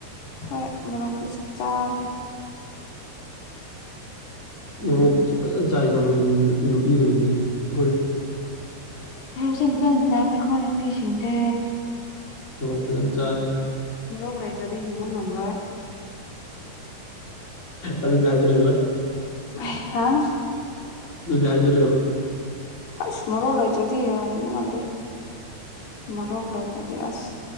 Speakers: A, on the left; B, on the left.
A: ꯍꯣꯏ ꯃꯔꯣꯛꯗꯤ ꯆꯥꯛ ꯆꯥꯅꯦ
B: ꯃ ꯆꯥꯏ ꯀꯅ ꯅꯨꯄꯤ ꯀ
A: ꯆ ꯇꯈꯅꯤ ꯄꯁꯤꯗꯦ
B: ꯃꯣꯔꯣꯛ ꯐꯖꯅ ꯆꯥꯏ
A: ꯃꯣꯛ ꯂꯩꯇ꯭ꯔꯗꯤ ꯍꯤꯡꯕ ꯉꯝꯔꯣꯏ
B: ꯑꯗꯨ ꯖ ꯂꯩꯗ
A: ꯍꯥ
B: ꯑꯗꯨꯗꯤ ꯍꯥꯏꯖꯂꯦꯕ
A: ꯑꯁ ꯃꯔꯣ ꯂꯩꯇ꯭ꯔꯗꯤ ꯍꯡꯕ ꯉꯝꯗꯦ ꯃꯔꯣꯛ ꯂꯩꯇꯥꯗꯤ ꯑꯁ